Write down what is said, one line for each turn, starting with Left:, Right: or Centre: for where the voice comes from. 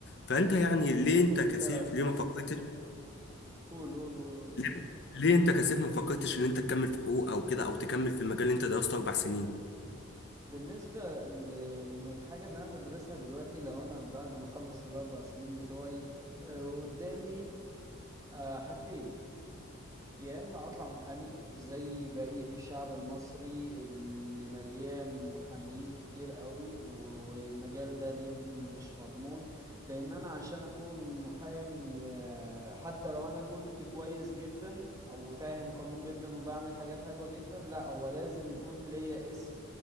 Left: فانت يعني ليه انت
Right: أنت
Left: كسيف ليه ما فكرتش
Right: قول قول قول قول.
Left: ليه, ليه انت كسيف ما فكرتش ان انت تكمل في حقوق او كده او تكمل في المجال اللي انت درسته اربع سنين
Right: بالنسبة للحاجة اللي أنا بدرسها دلوقتي لو أنا بعد ما أخلص الأربع سنين بتوعي آه، قدامي آه، حاجتين يا إما أطلع محامي زي بقية الشعب المصري اللي مليان محاميين كتير قوي والمجال ده ليه م- مش مضمون لأن أنا عشان أكون محامي آه، حتى لو أنا كنت كويس جدا أو فاهم قانون جدا وبعمل حاجات حلوة جدا لا هو لازم يكون ليا اسم